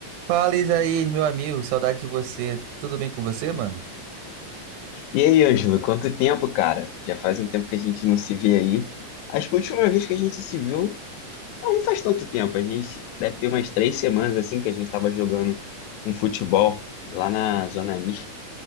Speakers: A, on the right; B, on the left.
A: Fala, Isaías, meu amigo, saudade de você. Tudo bem com você, mano?
B: E aí, Ângelo, quanto tempo, cara? Já faz um tempo que a gente não se vê aí. Acho que a última vez que a gente se viu, não não faz tanto tempo. A gente deve ter umas três semanas assim que a gente estava jogando um futebol lá na zona mista,